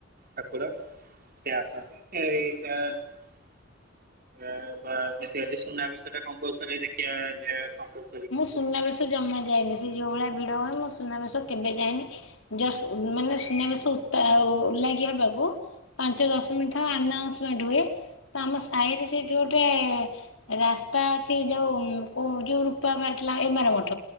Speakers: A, on the right (about 50°); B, on the left (about 80°).
A: ଠାକୁର। ସେ ଆସନ୍ତି <unintelligible> ଶୁନା ବେଶ। ସେଟା କମ୍ପଲସରି ଦେଖିଆ <unintelligible>
B: ମୁଁ ସୁନାବେଶ ଜମା ଯାଏନି ସେ ଯୋଉ ଭଳିଆ ଭିଡ ହୁଏ ମୁଁ ସୁନାବେଶ କେବେ ଯାଏନି। ଜଷ୍ଟ ମାନେ ସୁନାବେଶ ଉତା ଉ ଓଲାଗି <unintelligible> ପାଞ୍ଚ ଦଶ ମିନିଟ୍ ଥାଏ ଆନାଉନ୍ସମେଣ୍ଟ ହୁଏ। ତ ଆମ ସାହିରେ ସେଠି ଗୋଟେ ରାସ୍ତା ଅଛି ଯୋଉ କୋଉ ଯୋଉ ମାରଥିଲା ଏମାର ମଠ